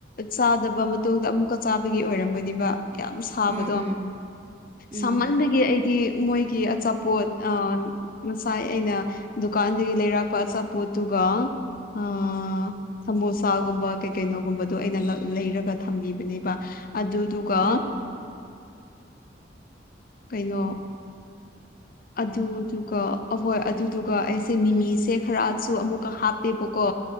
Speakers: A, on the left; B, on the right.
A: ꯆꯥꯗꯕ ꯃꯇꯨꯡꯗ ꯑꯃꯨꯛꯀ ꯆꯥꯕ ꯑꯣꯏꯔꯝꯒꯅꯤꯕ ꯌꯥꯝ ꯁꯥꯕꯗꯣ
B: ꯎꯝ ꯎꯝ ꯎꯝ
A: ꯁꯥꯍꯟꯕꯒꯤ ꯑꯩꯗꯤ ꯃꯣꯏꯒꯤ ꯑꯆꯥꯄꯣꯠ ꯑ ꯉꯁꯥꯏ ꯑꯩꯅ ꯗꯨꯀꯥꯟꯗꯒꯤ ꯂꯩꯔꯛꯄ ꯑꯆꯥꯄꯣꯠꯇꯨꯒ ꯑ ꯁꯃꯣꯁꯥꯒꯨꯝꯕ ꯀꯩ ꯀꯩꯅꯣꯒꯨꯝꯕꯗꯣ ꯑꯩꯅ ꯂꯩꯔꯒ ꯊꯝꯕꯤꯕꯅꯦꯕ ꯑꯗꯨꯗꯨ ꯑꯗꯨꯒ
B: ꯎꯝ
A: ꯀꯩꯅꯣ ꯑꯗꯨꯗꯨꯒ ꯑꯍꯣꯏ ꯑꯗꯨꯗꯨꯒ ꯑꯩꯁꯦ ꯃꯤꯃꯤꯁꯦ ꯈꯔꯁꯨ ꯑꯃꯨꯛꯀ ꯍꯥꯞꯄꯦꯕꯀꯣ